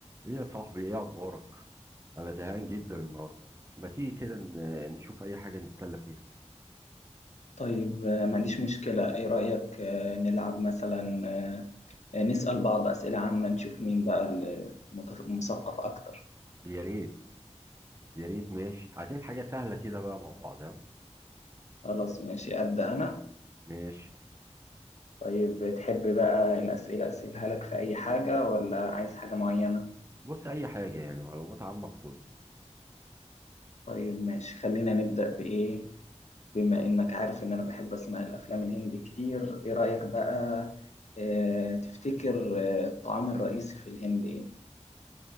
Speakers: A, on the right (about 25°); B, on the left (about 75°).
A: ايه يا صاحبي ايه اخبارك انا زهقان جدا النهارده ما تيجي كده ن- نشوف اي حاجه نتسلى فيها
B: طيب آه، ما عنديش مشكلة إيه رأيك آه، نلعب مثلا آه، آه، نسأل بعض أسئلة عامة نشوف مين بقى المت- المثقف أكتر
A: يا ريت يا ريت ماشي عايزين حاجه سهله كده بقى مع بعض ها
B: خلاص ماشي أبدأ أنا
A: ماشي
B: طيب تحب بقى الأسئلة أسئلها لك في أي حاجة ولا عايز حاجة معينة؟
A: بص اي حاجه يعني معلومات عامه في كله
B: طيب ماشي خلينا نبدأ بإيه بما إنك عارف إن أنا بحب أسمع الأفلام الهندي كتير إيه رأيك بقى آه، تفتكر آه، الطعام الرئيسي في الهند إيه؟